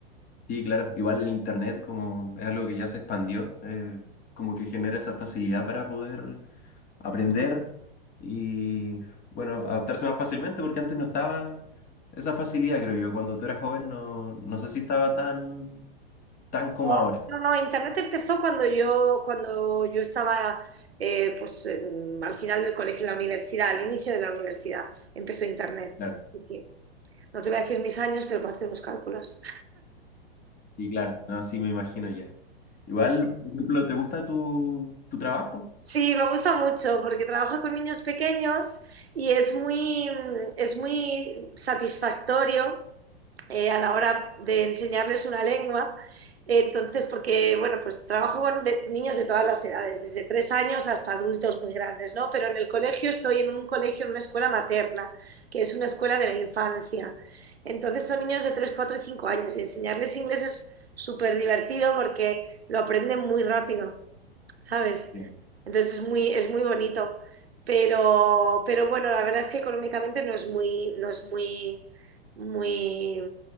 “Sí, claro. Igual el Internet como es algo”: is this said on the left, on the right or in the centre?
Left